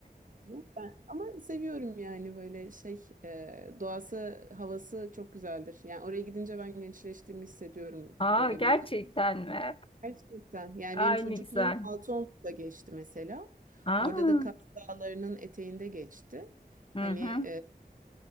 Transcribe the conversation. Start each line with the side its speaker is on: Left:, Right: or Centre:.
Right: Bu Ben, ama seviyorum yani böyle şey e, doğası havası çok güzeldir. Yani oraya gidince ben gençleştiğimi hissediyorum.
Left: <laughs> Aa
Right: Böyle
Left: gerçekten
Right: bir
Left: mi?
Right: Gerçekten. Yani
Left: Ay
Right: benim çocukluğum
Left: ne güzel.
Right: Altıoklu'da geçti mesela.
Left: Aa,
Right: Orada da Kaz Dağları'nın eteğinde geçti.
Left: hı
Right: Hani
Left: hı.
Right: e,